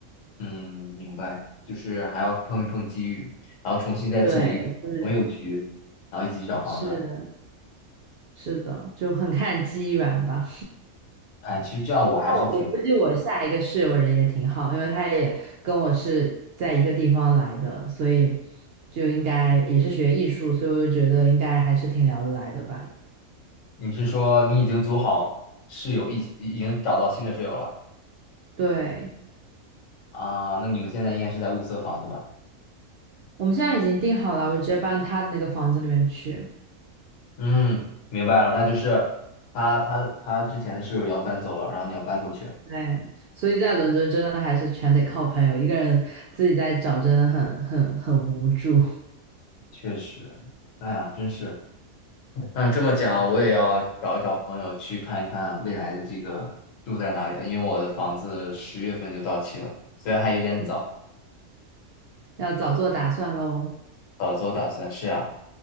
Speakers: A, on the left; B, on the right.
A: 嗯，明白，就是还要碰一碰机遇，然后重新再组一个朋友局，
B: 对，就是
A: 然后一起去找房子。
B: 是是的，就很看机缘吧。
A: 哎，其实这样我还是挺……
B: 那我我估计我下一个室友人也挺好，因为他也跟我是在一个地方来的，所以就应该也是学艺术，所以我就觉得应该还是挺聊得来的吧。
A: 你是说你已经组好室友，已已经找到新的室友了
B: 对，
A: 啊？那你们现在应该是在物色房子吧？
B: 我们现在已经定好了，我就直接搬他的那个房子里面去。
A: 嗯，明白了，那就是他他他之前的室友要搬走了，然后你要搬过去，
B: 对，所以在伦敦真的还是全得靠朋友，一个人自己在找真的很很很无助，
A: 确实，哎呀，真是。嗯，这么讲，我也要找一找朋友去看一看未来的这个住在哪里了，因为我的房子十月份就到期了，虽然还有点早，
B: <laughs> 嗯，要早做打算喽。
A: 早做打算。是啊，